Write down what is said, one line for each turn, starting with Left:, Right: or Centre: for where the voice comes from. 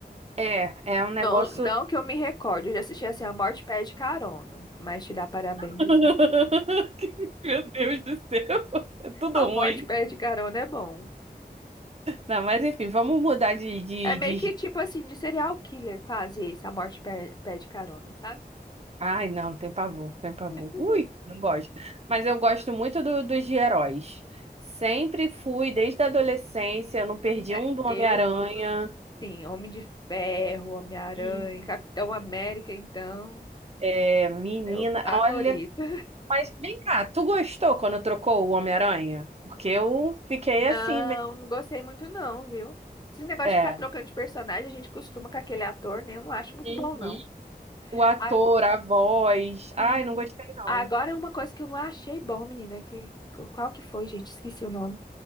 Right: É, é um negócio.
Left: Não, não que eu me recorde, eu já assisti assim, A Morte Pede Carona, mas te dá parabéns,
Right: <laughs>
Left: assim.
Right: Meu Deus do céu, é tudo
Left: A
Right: ruim.
Left: Morte Pede Carona é bom.
Right: Não, mas enfim, vamos mudar de, de,
Left: É meio
Right: de
Left: que tipo assim, de serial killer, quase esse, A Morte Pe- Pede Carona, sabe?
Right: Ai, não, tem pavor, tem pavor.
Left: <laughs> Uhum.
Right: Ui, não gosto. Mas eu gosto muito do- dos de heróis. Sempre fui, desde a adolescência, eu não perdi
Left: Menina,
Right: um do
Left: eu
Right: Homem-Aranha.
Left: Sim, Homem de Ferro, Homem-Aranha,
Right: Hum.
Left: Capitão América, então,
Right: É, menina,
Left: meu favorito.
Right: olha,
Left: <laughs>
Right: mas vem cá, tu gostou quando trocou o Homem-Aranha? Porque eu fiquei
Left: Não,
Right: assim, meio...
Left: não gostei muito não, viu? Esse negócio
Right: é,
Left: de ficar trocando de personagem, a gente costuma com aquele ator, né? Eu não acho muito
Right: Uhum.
Left: bom, não.
Right: o ator,
Left: A-
Right: a voz. Ai,
Left: sim,
Right: não gostei não.
Left: Agora, uma coisa que eu não achei bom, menina, que, qual que foi, gente? Esqueci o nome.